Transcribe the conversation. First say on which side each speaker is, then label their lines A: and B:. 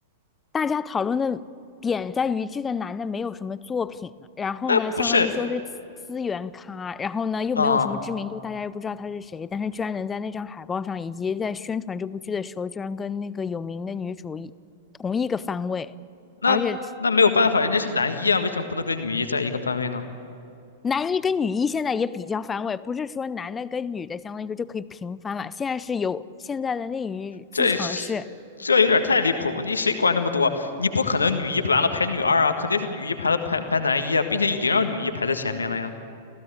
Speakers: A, on the left; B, on the left.
A: 大家讨论的点在于这个男的没有什么作品，然后呢，
B: 那不是
A: 相当于说是资资源咖，然后呢又没有什么知名度，
B: 啊？
A: 大家又不知道他是谁，但是居然能在那张海报上，以及在宣传这部剧的时候，居然跟那个有名的女主一同一个番位。
B: 那那没有办法，
A: 而且
B: 人家是男一啊，为什么不能跟女一在一个番位呢？
A: 男一跟女一现在也比较反尾，不是说男的跟女的相当于说就可以平翻了。现在是有现在的内娱剧场是，
B: 这是这有点太离谱了，你谁管这么多？你不可能女一完了排女二啊，肯定是女一排了排排男一啊，并且已经让女一排在前面了呀，